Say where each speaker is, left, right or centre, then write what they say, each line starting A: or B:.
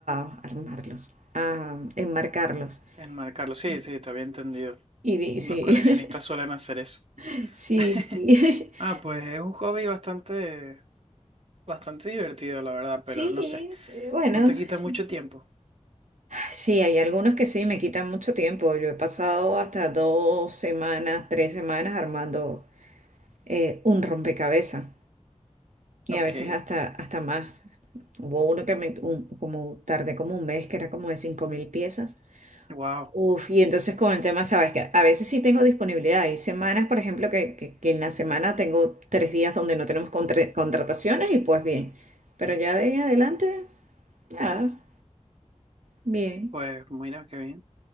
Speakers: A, on the right (about 85°); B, on the right (about 55°).
A: a armarlos, a enmarcarlos.
B: enmarcarlo. Sí,
A: Y,
B: sí, te había entendido.
A: y di-
B: Los
A: sí,
B: coleccionistas suelen hacer eso.
A: <laughs> sí,
B: <laughs>
A: sí.
B: Ah,
A: <laughs>
B: pues es un hobby bastante Bastante divertido, la verdad,
A: Sí,
B: pero no sé,
A: eh, bueno,
B: no te quita
A: sí.
B: mucho tiempo.
A: Sí, hay algunos que sí, me quitan mucho tiempo. Yo he pasado hasta dos semanas, tres semanas armando eh, un rompecabezas y
B: Ok,
A: a veces hasta, hasta más. Hubo uno que me, un- como tardé como un mes, que era como de cinco mil piezas
B: wow,
A: Uf, y entonces con el tema, sabes que a veces sí tengo disponibilidad. Hay semanas, por ejemplo, que, que- que en la semana tengo tres días donde no tenemos contra- contrataciones y pues bien. Pero ya de ahí en adelante, nada, bien,
B: pues mira qué bien.